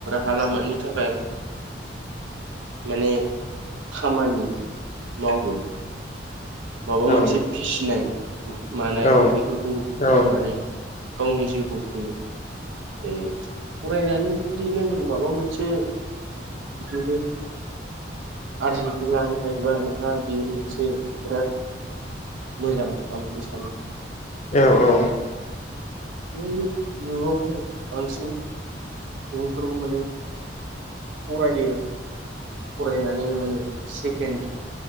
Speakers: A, on the right; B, on the left.
A: हा लामानि थाखाय माने खामानि मावो। माबा
B: औ
A: मोनसे फिसिनाय मानाय
B: औ
A: बेफोरखौ
B: औ
A: मावनानै गावनि जिउखौ खुङो। <unintelligible> फरायनानै जुदि नों माबा मोनसे बिदिनो आरजिनानै लानो हायोबा नोंहा बेयो मोनसे बिराद मोजां आं बेखौ सानो
B: औ औ
A: बे जुगावहाय बांसिन सुबुंफोरखौ माने फरायो फरायनानै माने सेकेण्ड